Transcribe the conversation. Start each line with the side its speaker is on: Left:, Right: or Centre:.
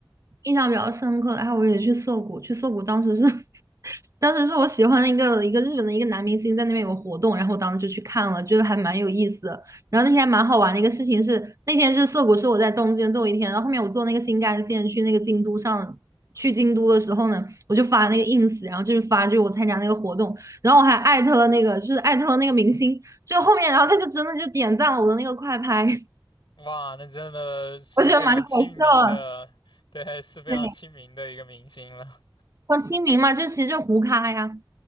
Right: 印象比较深刻然后我也去涩谷，去涩谷当时是，<laughs> 当时是我喜欢的一个一个日本的一个男明星在那边有个活动，然后我当时就去看了，觉得还蛮有意思的。然后那天还蛮好玩的一个事情是，那天是涩谷是我在东京最后一天，然后后面我坐那个新干线去那个京都上。去京都的时候呢，我就发那个 ins，然后就是发就是我参加那个活动，然后我还艾特了那个就是艾特了那个明星，就后面然后他就真的就点赞了我的那个快拍，
Left: 哇，那真的是非常亲民的，
Right: <laughs> 我觉得蛮搞笑的。
Left: 对，是非常亲民的一个明星了。
Right: 对，很亲民嘛，就其实就胡咖呀。